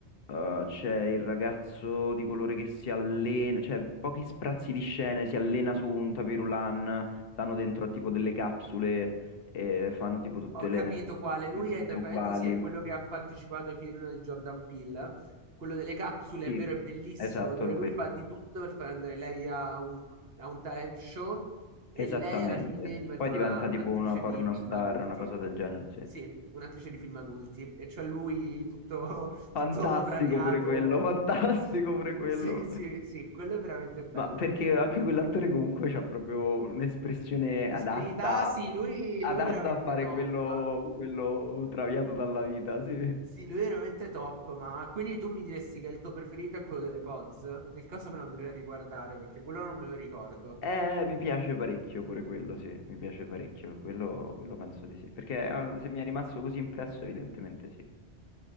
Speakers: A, on the left; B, on the right.
A: eh, c'è il ragazzo di colore che si allena, cioè pochi sprazzi di scene, si allena su un tapirulan, stanno dentro a tipo delle capsule e fanno tipo tutte
B: Ho capito
A: le
B: quale. Lui
A: giornate
B: è, tra
A: uguali.
B: parentesi, è quello che ha partecipato ai film di Jordan Peele. Quello delle capsule,
A: Sì,
B: è vero, è bellissimo,
A: esatto,
B: dove
A: lui.
B: lui fa di tutto per far andare lei a un, a un talent show e
A: Esattamente.
B: lei alla fine diventa
A: Poi
B: una-
A: diventa
B: un'attrice
A: tipo una pornostar,
B: di film adulti.
A: una cosa del genere, sì.
B: Sì, un'attrice di film adulti. E c'è lui tutto, <laughs>
A: Fantastico
B: tutto traviato.
A: pure quello, <laughs> fantastico pure quello.
B: Sì, sì, sì, quello è veramente bello.
A: Ma perché anche quell'attore comunque c'ha proprio un'espressione
B: L'esperienza,
A: adatta,
B: sì, lui,
A: adatta
B: lui veramente
A: a fare
B: top.
A: quello, quello traviato dalla vita, sì.
B: Sì, lui è veramente top, ma quindi tu mi diresti che il tuo preferito è quello delle Pods? Nel caso me lo andrei a riguardare perché quello non me lo ricordo.
A: Eh, mi piace parecchio pure quello, sì, mi piace parecchio, quello, quello penso di sì. Perché eh, se mi è rimasto così impresso, evidentemente sì.